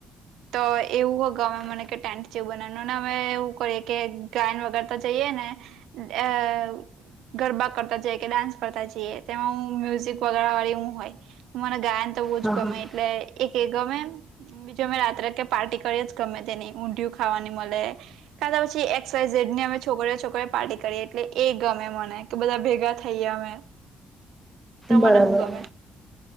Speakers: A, on the right; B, in the centre.
A: તો એવું હો ગમે મને કે ટેન્ટ જેવું બનાનાના ને અમે એવું કરીએ કે ગાયન વગાડતા જઈએ ને એવ ગરબા કરતા જઈએ કે ડાન્સ કરતા જઈએ તેમાં હું મ્યુઝિક વગાળવા વાળી હું હોય. મને ગાયન તો બહુ
B: હા
A: જ ગમે
B: હા
A: એટલે એક એ ગમે બીજું અમે રાત્રે કે પાર્ટી કરીએ જ ગમે તેની ઊંંધિયું ખાવાની મલે કા તો પછી એક્સ વાઇ ઝેડની અમે છોકરીઓ છોકરીઓ પાર્ટી કરીએ એટલે એ ગમે મને તો બધા ભેગા થઈએ અમે તમને
B: બરાબર
A: હું ગમે?